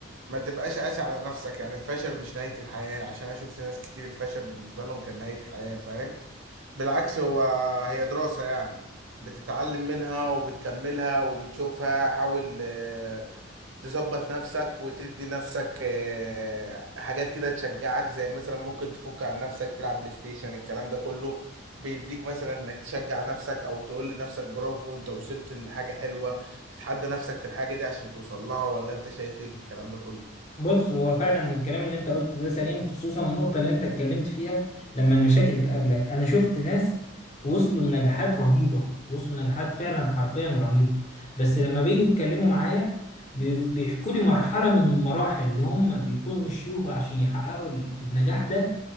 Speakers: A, on the right; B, on the left.
A: ما تبقاش قاسي على نفسك يعني الفشل مش نهاية الحياة عشان أنا شفت ناس كتير الفشل بالنسبة لهم كان نهاية حياة فاهم بالعكس هو هي دراسة يعني بتتعلم منها وبتكملها وبتشوفها حاول آه، تظبط نفسك وتدي نفسك آه، حاجات كده تشجعك زي مثلا ممكن تفك عن نفسك تلعب بلاي ستيشن الكلام ده كله بيديك مثلا انك تشجع نفسك او تقول لنفسك برافو انت وصلت لحاجة حلوة تتحدى نفسك في الحاجة دي عشان توصل لها ولا انت شايف ايه في الكلام ده كله
B: بص هو فعلا الكلام اللي انت قلته ده سليم خصوصا النقطة اللي انت اتكلمت فيها لما المشاكل تقابلك انا شفت ناس وصلوا لنجاحات رهيبة وصلوا لنجاحات فعلا حرفيا رهيبة بس لما بيجوا يتكلموا معايا بي- بيحكوا لي مرحلة من المراحل اللي هم بيكونوا مشيوها عشان يحققوا النجاح ده